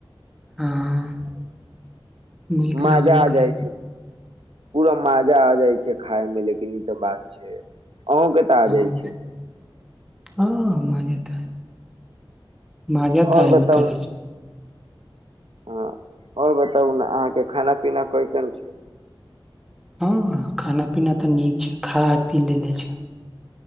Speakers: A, in the centre; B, on the right.
A: हँ। नीक
B: मजा
A: लगबे
B: आ
A: करै
B: जाइ छैय। पूरा मजा आ जाइ छैय खाय मे लेकिन ई तऽ बात छैय अहूँं के कहा
A: हँ
B: जाइ छैय।
A: हँ मानेत है। माजा
B: आओर
A: तऽ
B: बताउ
A: एबे करै छैय।
B: ह आओर बताउ ने अहाँके खाना पीना कैसन छैय?
A: हँ खाना पीना तऽ नीक छैय खा पी लेले छैय।